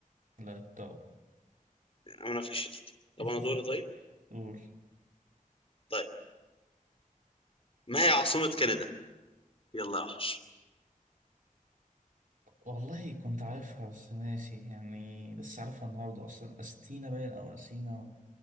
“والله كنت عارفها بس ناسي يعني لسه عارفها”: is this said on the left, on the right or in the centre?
Right